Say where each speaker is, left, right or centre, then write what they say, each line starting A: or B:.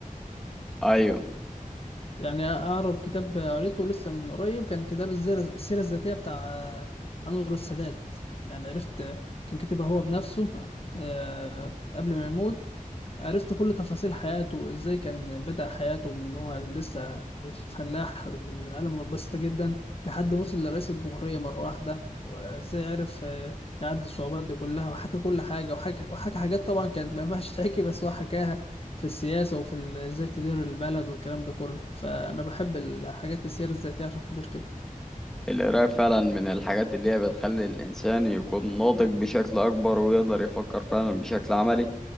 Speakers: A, in the centre; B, on the left.
A: أيوه
B: يعني أقرب كتاب قريته لسه من قريب كان كتاب الزر- السيرة الذاتية بتاع آه، أنور السادات يعني عرفت آه، كان كاتبها هو بنفسه آه، قبل ما يموت عرفت كل تفاصيل حياته ازاي كان بدأ حياته من هو لسه فلاح من عالم بسيطة جدا لحد وصل لرئيس الجمهورية مرة واحدة وازاي عرف آه، يعدي الصعوبات دي كلها وحكى كل حاجة وحكى وحكى حاجات طبعا كانت ما ينفعش تحكي بس هو حكاها في السياسة وفي ال- ازاي تدير البلد والكلام ده كله فأنا بحب الحاجات السير الذاتية عشان خاطر كده
A: القراية فعلا من الحاجات اللي هي بتخلي الإنسان يكون ناضج بشكل أكبر ويقدر يفكر فعلا بشكل عملي